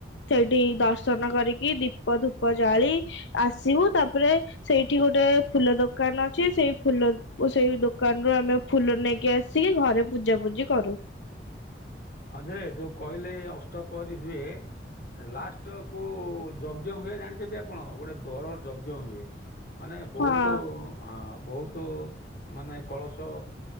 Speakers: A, on the left (about 80°); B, on the left (about 50°).
A: ସେଇଠି ଦର୍ଶନ କରିକି ଦୀପ ଧୂପ ଜାଳି ଆସିବୁ ତାପରେ ସେଇଠି ଗୋଟେ ଫୁଲ ଦୋକାନ ଅଛି ସେଇ ଫୁଲ କୁ ସେଇ ଦୋକାନରୁୁ ଆମେ ଫୁଲ ନେଇକି ଆସିକି ଘରେ ପୂଜା ପୂଜି କରୁ।
B: ହଁ ଯେ ଯୋଉ କହିଲେ ଅଷ୍ଟପହରି ହୁଏ ଲାଷ୍ଟ କୋଉ ଯଜ୍ଞ ହୁଏ ଜାଣିଛନ୍ତି ଆପଣ ଗୋଟେ ବର ଯଜ୍ଞ ହୁଏ? ମାନେ ବହୁତ
A: ହଁ
B: ହଁ ବହୁତ ମାନେ କଳସ